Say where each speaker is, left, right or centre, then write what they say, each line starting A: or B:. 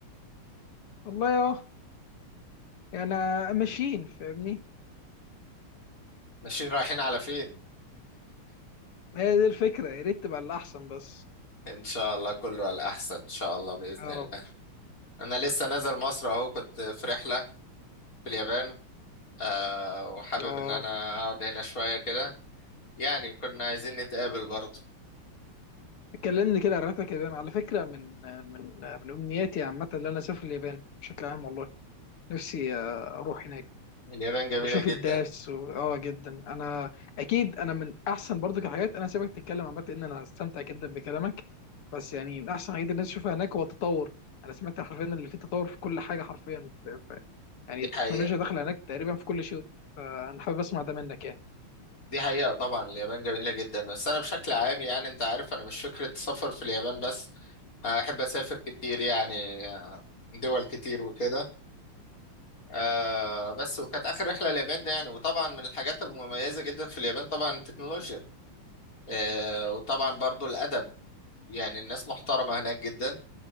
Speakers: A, on the left (about 80°); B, on the left (about 40°).
A: والله اهو يعني ماشيين فاهمني
B: ماشيين رايحين على فين؟
A: ما هي دي الفكره يا ريت تبقى الاحسن بس
B: ان شاء الله كله على الأحسن ان شاء الله بإذن
A: يا
B: الله
A: رب
B: انا لسه نازل مصر اهو كنت في رحلة في اليابان آه وحابب
A: اه
B: ان انا اقعد هنا شوية كده يعني كنا عايزين نتقابل برضه
A: اتكلمني كده عن رحلتك اليابان على فكره من من من امنياتي عامه ان انا اسافر اليابان بشكل عام والله نفسي آه، اروح هناك
B: اليابان جميلة
A: بشوف
B: جدا
A: الداس و... اه جدا انا اكيد انا من احسن برضو الحاجات انا سيبك تتكلم عامه ان انا استمتع جدا بكلامك بس يعني من احسن الحاجات اللي الناس تشوفها هناك هو التطور انا سمعت حرفيا اللي فيه تطور في كل حاجه حرفيا ف... ف... يعني
B: دي
A: التكنولوجيا
B: حقيقة
A: داخله هناك تقريبا في كل شيء فانا حابب اسمع ده منك يعني
B: دي حقيقة طبعا اليابان جميلة جدا بس أنا بشكل عام يعني أنت عارف أنا مش فكرة سفر في اليابان بس أنا بحب أسافر كتير يعني آه، دول كتير وكده آه بس وكانت آخر رحلة اليابان ده يعني وطبعا من الحاجات المميزة جدا في اليابان طبعا التكنولوجيا آه وطبعا برضو الأدب يعني الناس محترمة هناك جدا